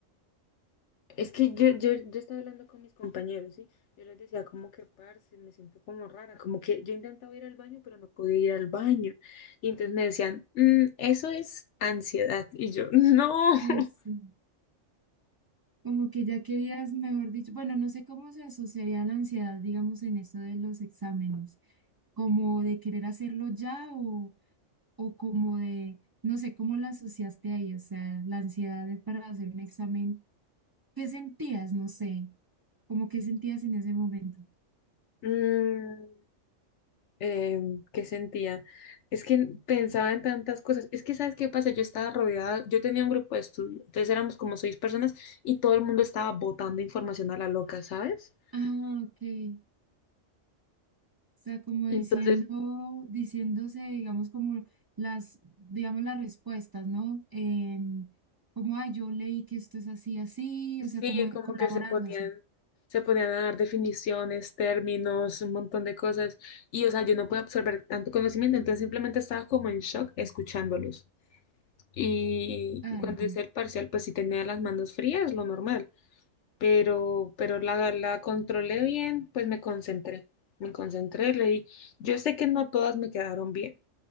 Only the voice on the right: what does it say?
Eso. Como que ya querías, mejor dicho, bueno, no sé cómo se asociaría la ansiedad, digamos, en eso de los exámenes, como de querer hacerlo ya o, o como de, no sé, cómo la asociaste ahí, o sea, la ansiedad es para hacer un examen ¿Qué sentías? No sé, como qué sentías en ese momento.
Ah, ok. O sea, como
diciendo, diciéndose, digamos, como las, digamos, las respuestas, ¿no? En- como, ay, yo leí que esto es así, así, o sea,
como
colaborándose.
Ay,
no.